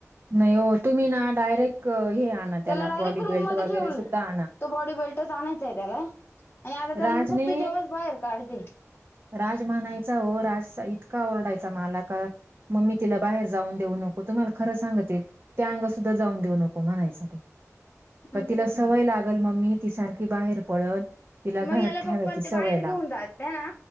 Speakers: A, on the right; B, on the left.
A: नाही हो तुम्ही ना डायरेक्ट हे आणा त्याला
B: डायरेक्ट
A: बॉडी
B: रूम
A: बेल्ट
B: मध्ये
A: वगैरे
B: ठेवलं
A: सुुद्धा आणा.
B: तो बॉडी बेल्टच आणायचा आहे त्याला आणि आता त्याला
A: राजने
B: मी फक्त जेव्हाच बाहेर काढते.
A: राज म्हणायचा हो राज इतका ओरडायचा मला का. मम्मी तिला बाहेर जाऊन देऊ नको तुम्हाला खरं सांगते. त्या अंग सुद्धा जाऊन देऊ नको म्हणायच.
B: मग
A: का तिला
B: तेच
A: सवय
B: ना
A: लागल मम्मी ति सारखी बाहेर पळल. तिला घरात
B: मग याला
A: ठेवायची
B: पप् ते
A: सवय
B: बाहेर घेऊन
A: लाव
B: जात त्या ना